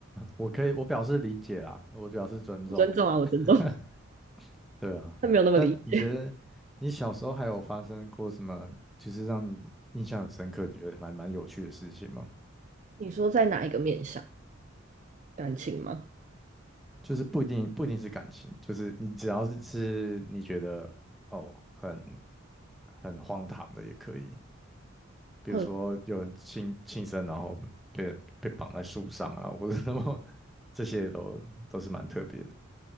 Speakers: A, in the centre; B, on the right.
A: 我可以，我表示理解啦，我表示尊重。
B: 我尊重啊，
A: <laughs>
B: 我尊重，
A: 对啊，
B: 他没有那么理解。
A: 那你觉得你小时候还有发生过什么，就是让你印象很深刻，你觉得还蛮有趣的事情吗？
B: 你说在哪一个面向？感情吗？
A: 就是不一定不一定是感情，就是你只要是是你觉得哦很很荒唐的也可以，比如说有人轻轻生，
B: 很
A: 然后被被绑在树上啊，或者什么，<laughs> 这些都都是蛮特别的。